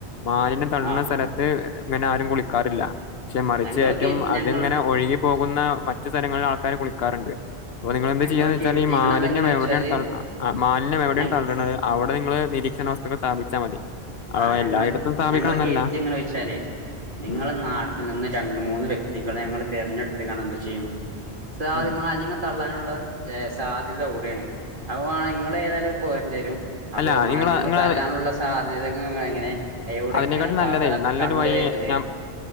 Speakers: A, on the left; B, on the right.
A: മാലിന്യം തള്ള്ണ
B: ആ
A: സ്ഥലത്ത് ഇങ്ങനെ ആരും കുളിക്കാറില്ല പക്ഷെ മറിച്ച്
B: ഞങ്ങള്
A: കയറ്റും
B: കരു
A: അത്ങ്ങനെ
B: ഞങ്ങൾ
A: ഒഴുകി പോകുന്ന മറ്റു സ്ഥലങ്ങളിൽ ആൾക്കാർ കുളിക്കാറുണ്ട് അപ്പ നിങ്ങൾളെന്ത്
B: ഞങ്ങള്
A: ചെയ്യായന്ന് വെച്ചാ
B: കരുതിക്കണത്
A: ഈ മാലിന്യം
B: എങ്ങനെ
A: എവിടെയാണ്
B: വെച്ചാല്
A: ത ആഹ് മാലിന്യം എവിടെയാണ്
B: ഞ
A: തള്ളണത് അവിടെ നിങ്ങള് നിരീക്ഷണം ഇതൊക്കെ സ്ഥാപിച്ചാ മതി ആ
B: ആഹ് ഞങ്ങള്
A: എല്ലായിടത്തും സ്ഥാപിക്കണം
B: ഞങ്ങള്
A: എന്നല്ല
B: കെരുതിയെ എങ്ങനെ വെച്ചാലേ നിങ്ങള
A: ഉം
B: നാട്ടിൽ നിന്ന് രണ്ട് മൂന്ന് വ്യക്തികളെ ഞങ്ങൾ തെരഞ്ഞെടു ത്തുകാണ്ട് എന്ത്‌ ചെയ്യും സാ ആദ്യം
A: ഉം
B: മാലിന്യങ്ങൾ തള്ളാനു ള്ള ഏഹ് സാധ്യത അവിടെയാണ് അപ്പൊ വാണേ നിങ്ങൾ ഏതായാലും പോരണ്ടി വരും അപ്പൊ
A: അല്ല
B: മാലിന്യങ്ങൾ
A: നിങ്ങള നിങ്ങള
B: തല്ലാനുള്ള സാധ്യതകൾ എങ്ങനെ എവിടൊക്കെയാണ്
A: അതിനെക്കാട്ടിലും
B: സാധന
A: നല്ലത് നല്ലൊരു
B: കണ്ടുവരല്
A: വഴി ഞാൻ